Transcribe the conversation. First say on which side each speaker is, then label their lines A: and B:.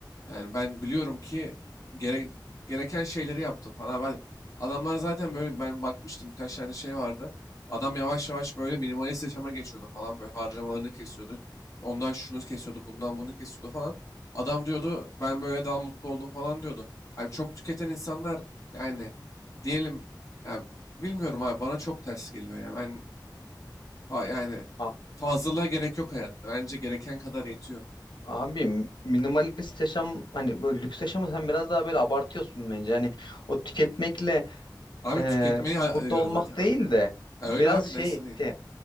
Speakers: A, on the left; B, on the left.
A: Yani ben biliyorum ki gerek gereken şeyleri yaptım falan. Ben adamlar zaten böyle ben bakmıştım birkaç tane şey vardı. Adam yavaş yavaş böyle minimalist yaşama geçiyordu falan böyle harcamalarını kesiyordu. Ondan şunu kesiyordu, bundan bunu kesiyordu falan. Adam diyordu ben böyle daha mutlu oldum falan diyordu. Yani çok tüketen insanlar yani diyelim yani bilmiyorum abi bana çok ters geliyor ya. Ben fa- yani
B: A-
A: fazlalığa gerek yok hayatta. Bence gereken kadar yetiyor.
B: abi minimalist yaşam hani böyle lüks yaşamı sen biraz daha böyle abartıyorsun bence. Hani o tüketmekle
A: Abi
B: e,
A: tüketmeyi ha-
B: mutlu
A: ediyoruz
B: olmak
A: zaten
B: değil
A: abi.
B: de
A: Ya
B: biraz
A: öyle abi
B: şey,
A: nasıl değil.
B: şey